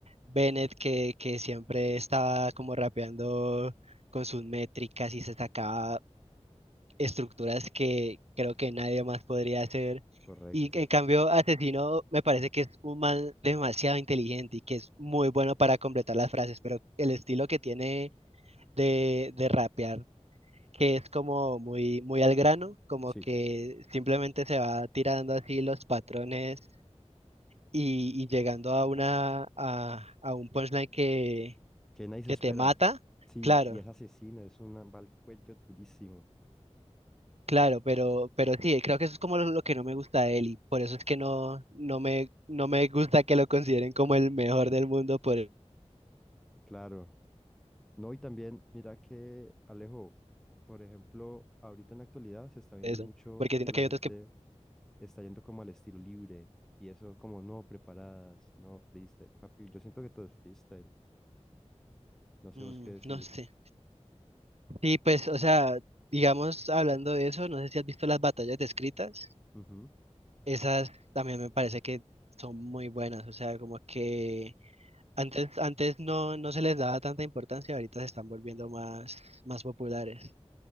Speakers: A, on the right; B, in the centre.
A: Bennett que, que siempre estaba como rapeando con sus métricas y se sacaba estructuras que creo que nadie más podría hacer.
B: Correcto.
A: Y en cambio, Asesino me parece que es un man demasiado inteligente y que es muy bueno para completar las frases, pero el estilo que tiene de, de rapear, que es como muy, muy al grano, como
B: Sí,
A: que simplemente se va tirando así los patrones y, y llegando a una, a, a un punchline que,
B: que nadie se
A: que
B: espera.
A: te mata.
B: Sí,
A: Claro,
B: y es asesino, es un va al cuello durísimo.
A: Claro, pero, pero sí, creo que eso es como lo, lo que no me gusta de él y por eso es que no, no me, no me gusta que lo consideren como el mejor del mundo por
B: Claro. No, y también, mira que Alejo, por ejemplo, ahorita en la actualidad se está viendo
A: eso,
B: mucho
A: porque siento
B: que la
A: que
B: gente
A: hay otros que,
B: está yendo como al estilo libre y eso como no preparadas, no freestyle. Papi, yo siento que todo es freestyle. No sé
A: mm,
B: vos qué decís.
A: no sé. Sí, pues, o sea, digamos, hablando de eso, no sé si has visto las batallas descritas,
B: Ujú.
A: esas también me parece que son muy buenas, o sea, como que antes, antes no, no se les daba tanta importancia, ahorita se están volviendo más, más populares.